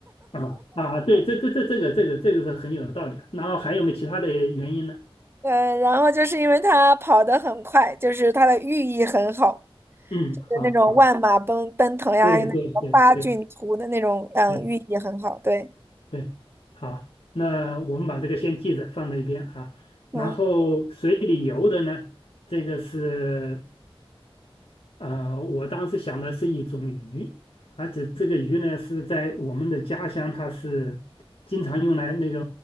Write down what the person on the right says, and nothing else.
呃，然后就是因为它跑得很快，就是它的寓意很好。
就那种万马奔奔腾呀，
还有那个八骏图的那种，嗯，
寓意很好。对，
嗯，